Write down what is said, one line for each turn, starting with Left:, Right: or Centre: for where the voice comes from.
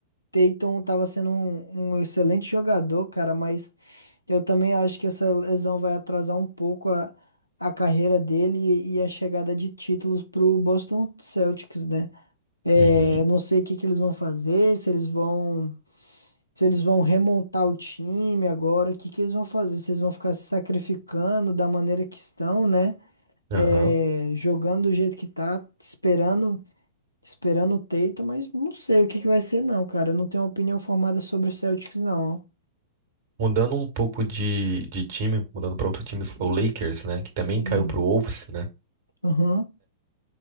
Left: Tatum tava sendo um, um excelente jogador, cara, mas Eu também acho que essa lesão vai atrasar um pouco a, a carreira dele e, e a chegada de títulos para o Boston Celtics, né? É,
Right: Uhum.
Left: eu não sei o que que eles vão fazer, se eles vão, se eles vão remontar o time agora, o que que eles vão fazer? Se eles vão ficar se sacrificando da maneira que estão, né?
Right: Aham.
Left: É, jogando do jeito que tá, esperando, esperando o Tatum, mas não sei o que que vai ser, não, cara. Eu não tenho uma opinião formada sobre o Celtics, não.
Right: Mudando um pouco de, de time, mudando para outro time, o Lakers, né? Que também
Left: Sim.
Right: caiu pro Wolves, né?
Left: Aham.